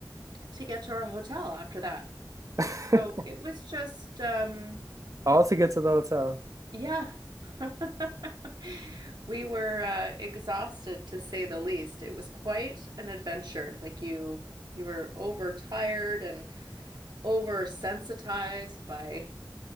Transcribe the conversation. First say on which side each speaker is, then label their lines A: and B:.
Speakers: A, on the right (about 70°); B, on the right (about 45°).
A: to get to our hotel after that.
B: <laughs>
A: So it was just, um,
B: All to get to the hotel.
A: yeah. <laughs> We were uh, exhausted to say the least. It was quite an adventure. Like you, you were overtired and oversensitized by